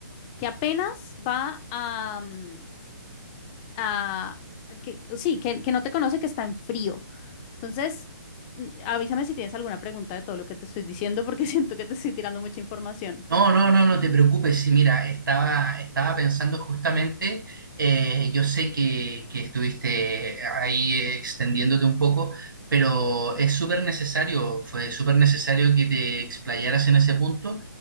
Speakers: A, on the left; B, on the right.
A: que apenas va a... mm, ah, que, sí, que, que no te conoce, que está en frío. Entonces, mm, avísame si tienes alguna pregunta de todo lo que te estoy diciendo, porque <laughs> siento que te estoy tirando mucha información.
B: No, no, no, no te preocupes. Sí, mira, estaba, estaba pensando justamente, eh, yo sé que, que estuviste ahí eh, extendiéndote un poco, pero es súper necesario, fue súper necesario que te explayaras en ese punto,